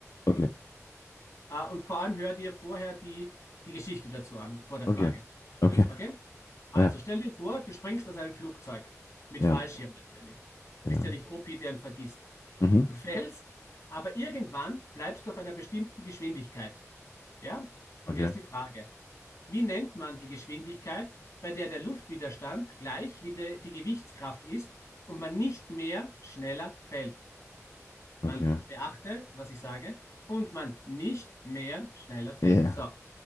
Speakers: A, on the left (about 80°); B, on the left (about 65°).
A: Okay,
B: Ah, und vor allem hör dir vorher die, die Geschichte dazu an, vor der
A: okay,
B: Frage.
A: okay.
B: Okay? Also
A: Ja,
B: stell dir vor, du springst aus einem Flugzeug. Mit
A: ja,
B: Fallschirm natürlich.
A: ja.
B: Bist ja nicht OP, der ihn vergisst.
A: Mhm.
B: Du fällst, aber irgendwann bleibst du auf einer bestimmten Geschwindigkeit. Ja? Und
A: Okay,
B: jetzt die Frage: Wie nennt man die Geschwindigkeit, bei der der Luftwiderstand gleich wie de, die Gewichtskraft ist und man nicht mehr schneller fällt?
A: okay.
B: Man beachte, was ich sage, und man nicht mehr schneller fällt.
A: Ja.
B: So,